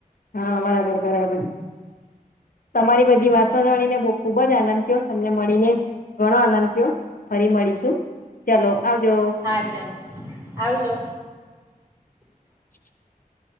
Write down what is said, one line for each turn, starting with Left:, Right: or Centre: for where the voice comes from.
Left: હા બરાબર બરાબર તમારી બધી વાત તો જાણીને બો ખુબ જ આનંદ થયો તમને મળીને ઘણો આનંદ થયો. ફરી મળીશું ચાલો આવજો.
Right: હા ચાલો આવજો.
Left: <inaudible>